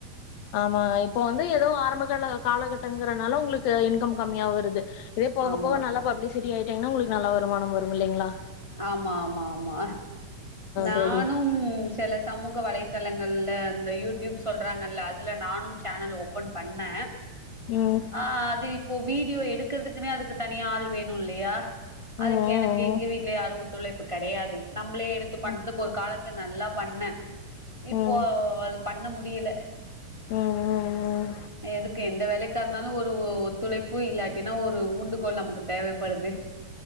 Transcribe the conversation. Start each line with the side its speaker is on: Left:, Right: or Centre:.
Left: ஆமா இப்போ வந்து ஏதோ ஆரம்ப கால காலகட்டங்றனால உங்ளுக்கு இன்கம் கம்மியா வருது இதே போக
Right: ஆமா.
Left: போக நல்ல பப்ளிசிட்டி ஆயிட்டீங்ன்னா உங்ளுக்கு நல்ல வருமானோ வரு இல்லைங்ளா
Right: ஆமா ஆமா ஆமா நானும்
Left: தோழி
Right: செல சமூக வலைதளங்கள்ல இந்த யூடியூப் சொல்றாங்கல அதுல நானும் சேனல் ஓப்பன் பண்ணே
Left: ம்
Right: ஆ அது இப்போ வீடியோ எடுக்றதுக்குனே அதுக்கு தனியா ஆள் வேணு இல்லையா
Left: ம்
Right: அதுக்கு எனக்
Left: ம்
Right: எங்க வீட்ல யாரு ஒத்துழைப்பு கெடயாது நம்மளே எடுத்து பண்றதுக்கு
Left: ம்
Right: ஒரு காலத்துல நல்லா பண்ணே இப்போ
Left: ம் ம்
Right: அது பண்ண முடியல
Left: ம் ம்
Right: எதுக்கு எந்த வேலைக்கா இருந்தாலு ஒரு ஒத்துழைப் பு இல்லாட்டினா ஒரு ஊண்டுகோல் நமக்கு தேவைப்படுது